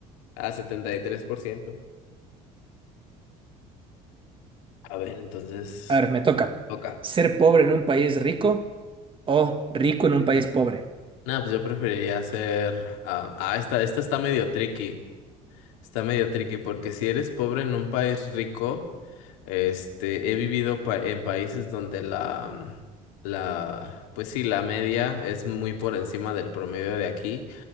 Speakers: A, on the left; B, on the right.
A: a setenta y tres por ciento A ver, entonces,
B: A ver, me toca.
A: toca.
B: ¿Ser pobre en un país rico o rico en un país pobre?
A: No, pues yo preferiría ser, ah, ah, esta, esta está medio tricky. Está medio tricky porque si eres pobre en un país rico, este, he vivido pa- en países donde la, mm, la, pues sí, la media es muy por encima del promedio de aquí,